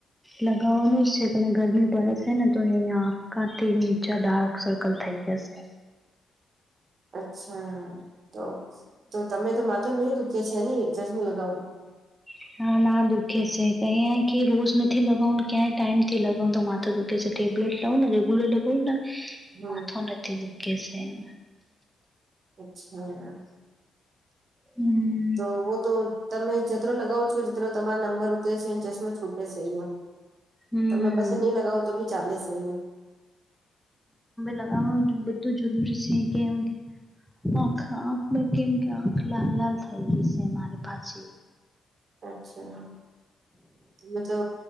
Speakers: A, in the centre; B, on the right.
A: લગાવવાનું જ છે તને ગરમી પડે છે ને તો અહીંયા આપકા તે નીચા ડાર્ક સર્કલ થઇ જશે.
B: અચ્છા તો તો તમે તો માથું નહી દુકે છે ની ચશમું લગાવું.
A: <inaudible> ના ના દુઃખે છે કઈ કે રોજ નથી લગાવનું ક્યાં ટાઈમ થી લગાવનું તો માથું દુખ કે છે ટેબલેટ લાવને રેગુલર ૂ <unintelligible>
B: હમ
A: માથો નથી દુખ છે એમ
B: અચ્છા
A: હમ
B: તો વો તો તમે જતરો લગાવો છો જતરો તમારા નંબર ઉતરે છેને ચશ્મો છૂટે છે, યુ
A: હમ
B: તમે પસે નહીં લગાવ તો ભી ચાલે સહી હ યૂ
A: લગાવણું બધું જરૂરી છે કેમ કે આખ આખ કેમ કે આંખ લાલ લાલ થઈ ગઈ છે મારે પાછી
B: અચ્છા તમે તો